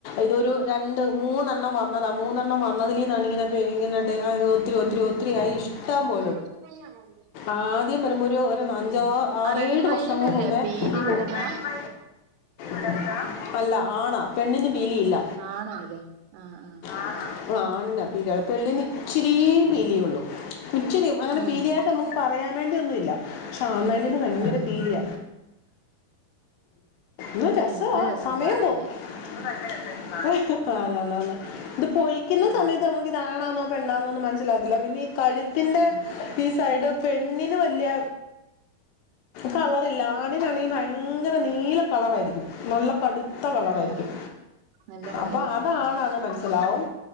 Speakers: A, on the left; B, on the right.
A: ഇതൊരു രണ്ട് മൂന്നെണ്ണം വന്നതാ മൂന്നെണ്ണം വന്നതിലിന്നാണിങ്ങനെ <unintelligible> ഒത്തിരി ഒത്തിരി ഒത്തിരി ആയി ഇഷ്ടം പോ
B: <unintelligible>
A: ആഹ് ഒര് നഞ്ചാ
B: ഉം
A: ആറേഴ്
B: പെൺമയിലിനല്ലേ
A: വർഷങ്ങൾ മുമ്പേ
B: പീലി
A: പോ
B: വിടലാ
A: <unintelligible> അല്ല ആണാ പെണ്ണിന് പീലിയില്ല
B: ആണാണല്ലേ ആഹ് ആഹ്
A: ആണാ
B: ശരി
A: ആണിനാ പീലി ഉള്ളെ പെണ്ണിന് ഇച്ചിരി ഇച്ചരി പീലിയള്ളൂ ഇച്ചരി അങ്ങനെ
B: ഉം
A: പീലിയ ആായിട്ട് നമുക്ക് പറയാ ഒന്നു ല്ല പക്ഷെ ആണ് മയില്ന് ഭയങ്കര
B: ആഹ് ആഹ്
A: പീലിയ ഒരു രസവാ
B: ഏഹ് നല്ല രസാ
A: സമയം
B: കാണാന്
A: പോം
B: ഉം
A: നല്ല രസാ ആ അതാതത ഇത് പൊലിക്കുന്ന
B: ഉം
A: സമയത്ത് നമുക്ക് ഇതാണാന്നോ പെണ്ണാന്നോന്ന് മനസ്സിലാവത്തില്ല പിന്നെ കഴ്ത്തിന്റെ
B: ആഹ്
A: ഈ സയ്ഡ് പെണ്ണിന് വല്യ കള- ല്ല ആടിനാണെങ്കി ഭയങ്കര നീല കളറാരിക്കും നല്ല കടുത്ത കളറാരിക്കും
B: ആഹ് നല്ല കളറ്
A: അപ്പൊ അതാണത്
B: ആഹ്
A: മനസ്‌ലാവും